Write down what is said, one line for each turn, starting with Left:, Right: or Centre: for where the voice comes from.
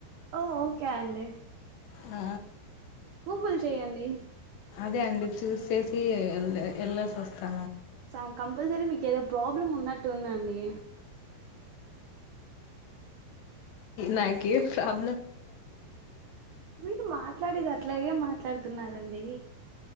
Right: ఓ ఓకే అండి.
Left: ఆ
Right: గూగుల్ చెయ్యండి.
Left: అదే అండి చూస్ సేసి ఎ ఎల్లెసి వస్తా.
Right: సం కంపల్సరి మీకు ఏదో ప్రాబ్లమ్ ఉన్నట్టు ఉందం డి
Left: నాకి ఎం ప్రాబె
Right: మీరు మాట్లాడేది అట్లాగే మా మాట్లాడుతున్నారండి.